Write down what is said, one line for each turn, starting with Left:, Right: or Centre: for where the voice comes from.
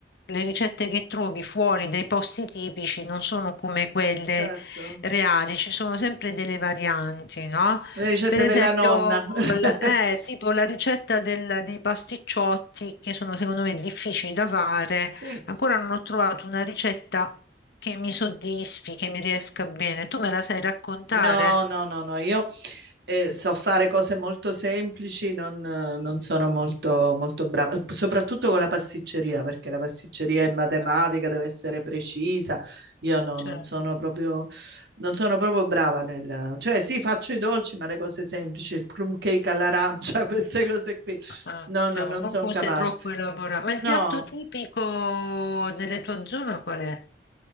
Left: le ricette che trovi fuori dai posti tipici non sono come quelle
Right: Certo,
Left: reale, ci sono sempre delle varianti, no?
Right: le ricette
Left: Per esempio,
Right: della nonna. <laughs>
Left: l- eh, tipo la ricetta del- dei pasticciotti, che sono secondo me difficili da fare,
Right: Sì,
Left: ancora non ho trovato una ricetta che mi soddisfi, che mi riesca bene. Tu me la sai raccontare?
Right: no, no, no, no, io eh, so fare cose molto semplici, non, non sono molto, molto brava, soprattutto con la pasticceria, perché la pasticceria è matematica,
Left: Ah,
Right: deve essere precisa. Io no,
Left: Certo,
Right: non sono proprio, non sono proprio brava nel... Cioè sì, faccio i dolci, ma le cose semplici, il plum cake all'arancia, <laughs> queste cose qui,
Left: Ah,
Right: no,
Left: diciamo,
Right: no, non
Left: non
Right: sono
Left: cose
Right: capace.
Left: troppo elaborate. Ma
Right: No.
Left: il piatto tipico delle tue zone qual è?